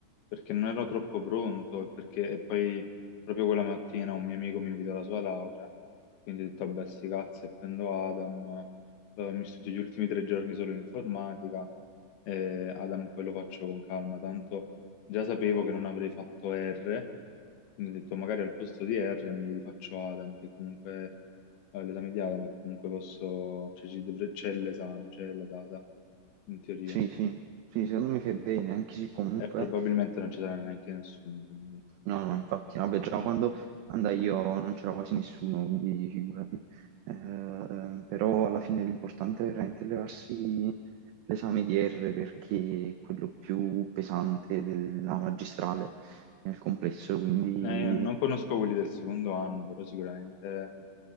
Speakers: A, on the left; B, on the right.
A: Perché non ero troppo pronto e perché e poi proprio quella mattina un mio amico mi invitò alla sua laurea, quindi ho detto, vabbè, sti cazzi, appendo Adam, eh, mi studio gli ultimi tre giorni solo in informatica, e Adam poi lo faccio con calma, tanto già sapevo che non avrei fatto R, quindi ho detto magari al posto di R mi rifaccio Adam, che comunque, eh, l'esame di Adam, che comunque posso, cioè ci dovre- c'è l'esame, c'è la data, in teoria
B: Sì, sì, sì, secondo me fai bene, anche se comunque...
A: e probabilmente non ci sarà neanche nessuno. quindi
B: No, no, infatti, no, beh,
A: vediamo.
B: già quando andai io non c'era quasi nessuno, quindi figurati. Eh, però alla fine l'importante è veramente levarsi l'esame di R perché è quello più pesante della magistrale nel complesso, quindi
A: Eh, io non conosco quelli del secondo anno, però sicuramente